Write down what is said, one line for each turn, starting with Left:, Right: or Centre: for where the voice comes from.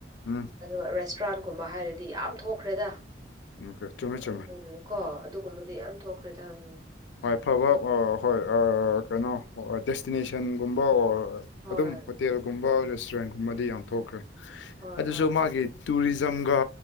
Left: ꯎꯝ
Right: ꯑꯗꯨꯒ ꯔꯦꯁꯇꯨꯔꯥꯟꯒꯨꯝꯕ ꯍꯥꯏꯔꯗꯤ ꯌꯥꯝ ꯊꯣꯛꯈ꯭ꯔꯦꯗ
Left: ꯑꯣꯀꯦ ꯆꯨꯝꯃꯦ ꯆꯨꯝꯃꯦ
Right: ꯎꯝ ꯀꯣ ꯑꯗꯨꯒꯨꯝꯕꯗꯤ ꯌꯥꯝ ꯊꯣꯛꯈ꯭ꯔꯦꯗꯪ
Left: ꯍꯣꯏꯐꯕ ꯍꯣꯏ ꯀꯩꯅꯣ ꯗꯦꯁꯇꯤꯅꯦꯁꯟꯒꯨꯝꯕ ꯑꯣꯔ ꯍꯣꯏ
Right: ꯍꯣꯏ
Left: ꯑꯗꯨꯝ ꯍꯣꯇꯦꯜꯒꯨꯝꯕ ꯔꯦꯁꯇꯨꯔꯦꯟꯒꯨꯝꯕꯗꯤ ꯌꯥꯝ ꯊꯣꯛꯈ꯭ꯔꯦ
Right: ꯍꯣꯏ
Left: ꯑꯗꯨꯁꯨ
Right: ꯍꯣꯏ
Left: ꯃꯥꯒꯤ ꯇꯨꯔꯤꯖꯝꯒ